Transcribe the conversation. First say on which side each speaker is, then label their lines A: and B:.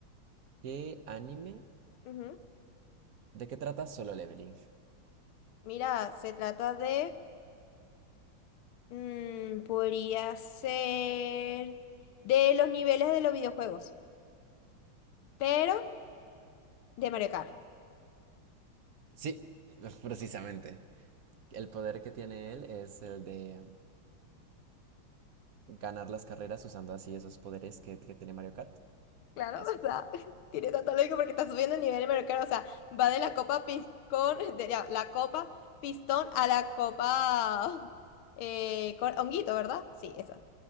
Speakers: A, on the right; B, on the left.
A: ¿qué anime?
B: Ujú.
A: ¿De qué trata Solo Leveling?
B: Mira, se trata de, mm, podría ser de los niveles de los videojuegos, pero de Mario Kart.
A: Sí, <laughs> precisamente. El poder que tiene él es el de mm, ganar las carreras usando así esos poderes que, que tiene Mario Kart.
B: Claro,
A: Eso.
B: o sea, <laughs> tiene tanto lógica porque está subiendo el nivel de Mario Kart, o sea, va de la copa pistón, <laughs> de ya, la copa pistón a la copa <laughs> eh, con honguito, ¿verdad? Sí, esa.